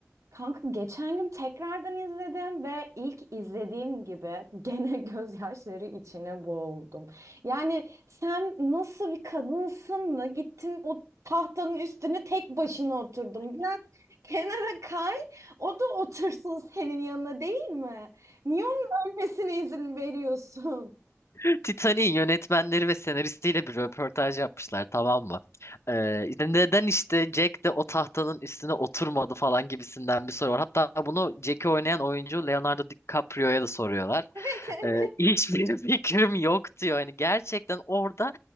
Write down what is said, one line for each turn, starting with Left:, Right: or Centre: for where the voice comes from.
Right: Kanka geçen gün tekrardan izledim ve ilk izlediğim gibi gene <laughs> gözyaşları içine boğuldum. Yani sen nasıl bir kadınsın da gittin o tahtanın üstüne tek başına oturdun. Biraz kenara kay, o da otursun senin yanına değil mi? Niye onun ölmesine izin veriyorsun? <laughs>
Left: <laughs> Titanic'in yönetmenleri ve senaristiyle bir röportaj yapmışlar tamam mı? Ee, işte neden işte Jack de o tahtanın üstüne oturmadı falan gibisinden bir soru var. Hatta bunu Jack'i oynayan oyuncu Leonardo DiCaprio'ya da soruyorlar.
Right: Evet, evet.
Left: Ee, hiçbir <laughs> fikrim yok diyor. Hani gerçekten orada